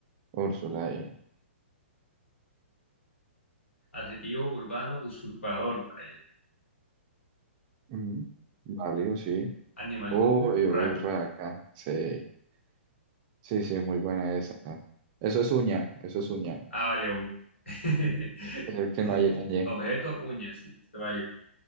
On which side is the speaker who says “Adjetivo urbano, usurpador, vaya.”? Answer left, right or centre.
Left